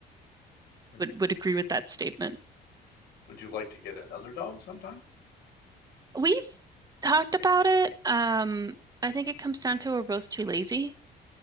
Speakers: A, on the left (about 75°); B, on the right (about 20°).
A: Hmm.
B: would would agree with that statement.
A: Would you like to get another dog sometime?
B: We've talked about it. Um, I think it comes down to we're both too lazy.